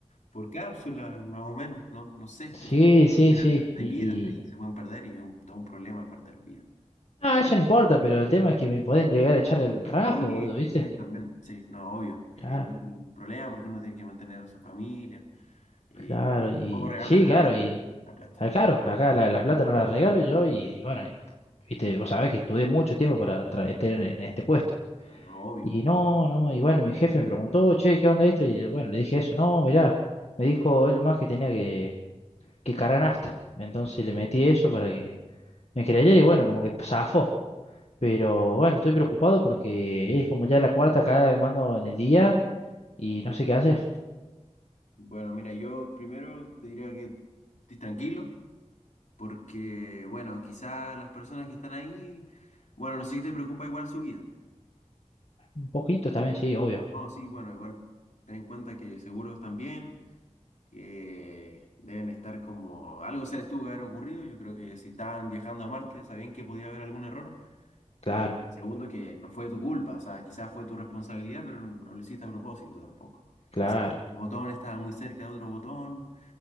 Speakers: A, on the left (about 75°); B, on the left (about 55°).
A: por cápsula, más o menos, no, no sé.
B: Sí,
A: Entonces,
B: sí,
A: al final
B: sí.
A: hay
B: Y.
A: vidas y se pueden perder y es un- todo un problema perder vidas.
B: Ah, eso no importa, pero el tema es que me pueden llegar a echar el trabajo,
A: Sí,
B: boludo, ¿viste?
A: sí, sí, también, sí, no, obvio.
B: Claro,
A: Hay un problema porque uno tiene que mantener a su familia y
B: claro, y.
A: poco regalan
B: Sí,
A: la
B: claro,
A: plata,
B: y.
A: la plata,
B: ah, Claro, acá la, la plata no la regalo yo y, y bueno, y, viste, vos sabés que estudié mucho tiempo para tra- tener en este puesto.
A: no, obvio.
B: Y no, no, y bueno, mi jefe me preguntó, che, ¿qué onda esto? Y bueno, le dije eso, no, mirá, me dijo, es lo más que tenía que que carga nafta. Entonces le metí eso para que me creyera y bueno, como que zafó. Pero bueno, estoy preocupado porque es como ya la cuarta cada vez mando en el día y no sé qué hace.
A: Bueno, mira, yo primero te diría que estés tranquilo, porque, bueno, quizás las personas que están ahí, bueno, no sé si te preocupa igual su vida.
B: Un poquito también, sí, obvio.
A: No, sí, bueno, igual ten en cuenta que seguro están bien, que deben estar como, algo se les tuvo que haber ocurrido, yo creo que si estaban viajando a Marte, sabían que podía haber algún error,
B: Claro,
A: y segundo, que no fue tu culpa, o sea, quizás fue tu responsabilidad, pero no lo hiciste a propósito tampoco.
B: claro.
A: Quizás el botón estaba muy cerca de otro botón